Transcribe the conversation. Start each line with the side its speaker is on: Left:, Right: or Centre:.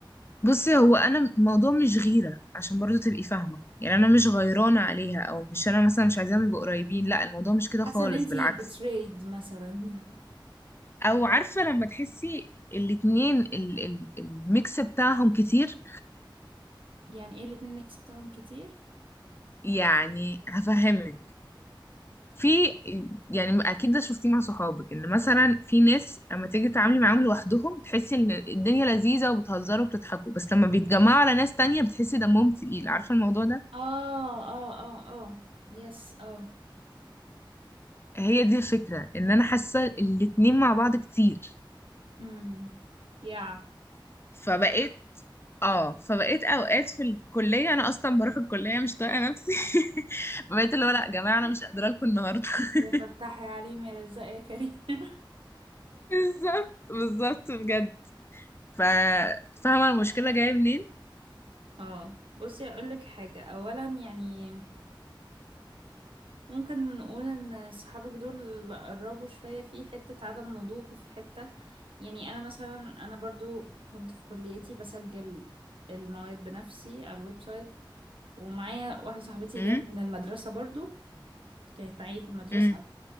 Left: بصي هو انا الموضوع مش غيره عشان برضو تبقي فاهمه يعني انا مش غيرانه عليها او مش انا مثلا مش عايزاهم يبقوا قريبين لا الموضوع مش كده
Right: حاسه
Left: خالص
Right: ان انتي
Left: بالعكس
Right: بتريد مثلا
Left: او عارفه لما تحسي الاتنين ال ال الميكس بتاعهم كتير
Right: <laughs> يعني ايه الاتنين ما كسبتهم كتير
Left: يعني هفهمك في يعني اكيد ده شفتيه مع صحابك ان مثلا في ناس اما تيجي تتعاملي معاهم لوحدهم تحسي ان الدنيا لذيذه وبتهزروا وبتضحكوا بس لما بيتجمعوا على ناس تانية بتحسي دمهم تقيل عارفه الموضوع ده
Right: اه اه اه اه يس اه
Left: هي دي الفكرة ان انا حاسة الاتنين مع بعض كتير
Right: امم يا <laughs>
Left: فبقيت اه فبقيت اوقات في الكلية انا اصلا بروح الكلية مش طايقة نفسي <laughs> فبقيت اللي هو لا يا جماعة انا مش قادرة لكم النهاردة <laughs>
Right: يا فتحي عليم يا رزاق يا كريم <laughs>
Left: بالظبط بالظبط بجد ف فاهمة المشكلة جاية منين؟
Right: اه بصي اقول لك حاجه اولا يعني ممكن نقول ان صحابك دول قربوا شوية في حتة عدم نضوج في حتة يعني انا مثلا انا برضو كنت في كليتي بسجل المواد بنفسي على الويب سايت ومعايا واحدة صاحبتي
Left: امم
Right: جت من المدرسة برضو كانت معايا في المدرسة
Left: امم